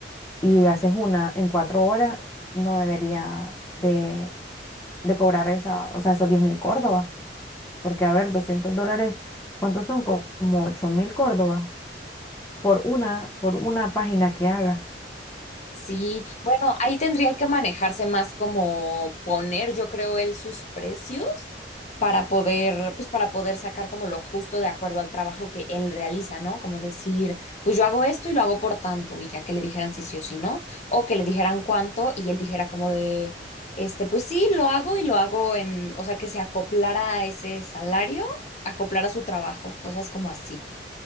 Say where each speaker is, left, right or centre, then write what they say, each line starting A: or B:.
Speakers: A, on the left; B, on the left.
A: y haces una en cuatro horas, no debería de, de cobrar esa, o sea, esos diez mil córdobas. Porque, a ver, 200 dólares, ¿cuántos son? Co- Como ocho mil córdobas por una, por una página que haga.
B: Sí, bueno, ahí tendría que manejarse más como poner, yo creo, él sus precios para poder, pues para poder sacar como lo justo de acuerdo al trabajo que él realiza, ¿no? Como decir, pues yo hago esto y lo hago por tanto, y ya que le dijeran si sí o si no, o que le dijeran cuánto y él dijera como de, este, pues sí, lo hago y lo hago en, o sea, que se acoplara a ese salario, acoplara su trabajo, cosas como así.